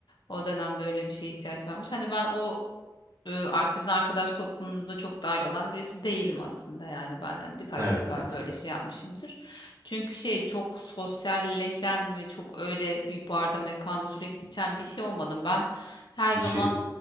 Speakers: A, on the left; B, on the right.
A: O dönemde öyle bir şeye ihtiyaç varmış. Hani ben o e, ar- sizin arkadaş toplumunuza çok dahil olan birisi değilim aslında yani ben hani birkaç
B: Evet
A: defa
B: bir tık
A: böyle şey yapmışımdır. Çünkü şey çok sosyalleşen ve çok öyle bir barda mekanda sürekli içen bir şey olmadım. Ben her zaman
B: bir şey.